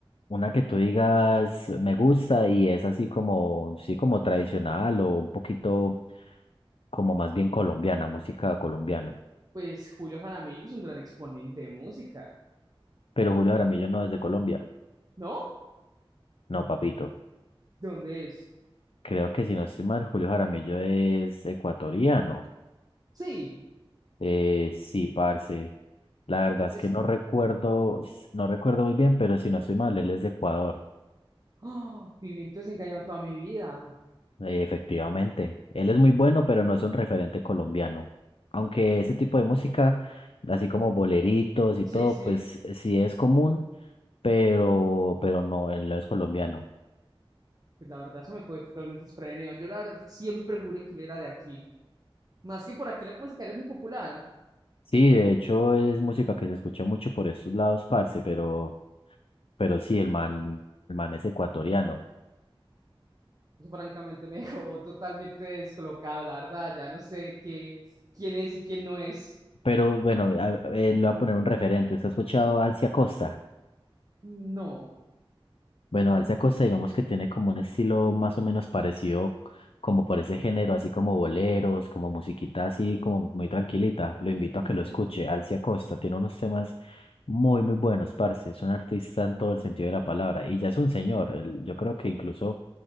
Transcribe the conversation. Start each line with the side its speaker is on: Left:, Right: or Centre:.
Left: una que tú digas me gusta y es así como, sí, como tradicional o un poquito como más bien colombiana, música colombiana.
Right: Pues Julio Jaramillo es un gran exponente de música,
Left: Pero Julio Jaramillo no es de Colombia.
Right: ¿no?
Left: No, papito.
Right: ¿De dónde es?
Left: Creo que si no estoy mal, Julio Jaramillo es ecuatoriano.
Right: Sí,
Left: Eh, sí, parce. La verdad es
Right: me,
Left: que no recuerdo, no recuerdo muy bien, pero si no estoy mal, él es de Ecuador.
Right: ¡Oh! Viví entonces engañado toda mi vida.
Left: Eh, efectivamente. Él es muy bueno, pero no es un referente colombiano. Aunque ese tipo de música, así como boleritos y
Right: Sí,
Left: todo,
Right: sí.
Left: pues sí es común, pero, pero no, él no es colombiano.
Right: Pues la verdad, eso me cogió totalmente desprevenido. Yo la verdad siempre juré que él era de aquí. Más que por aquí la música era muy popular.
Left: Sí, de hecho es música que se escucha mucho por esos lados, parce, pero, pero sí, el man, el man es ecuatoriano.
Right: Eso francamente me <laughs> dejó totalmente descolocado, la verdad. Ya no sé qué, quién es y quién no es.
Left: Pero bueno, a- eh, le voy a poner un referente. ¿Usted ha escuchado a Alcia Costa?
Right: No.
Left: Bueno, Alcia Costa, digamos que tiene como un estilo más o menos parecido, como por ese género, así como boleros, como musiquita así, como muy tranquilita. Lo invito a
Right: Ujú.
Left: que lo escuche. Alcia Costa tiene unos temas muy, muy buenos, parce. Es un artista en todo el sentido de la palabra. Y ya es un señor. él- yo creo que incluso,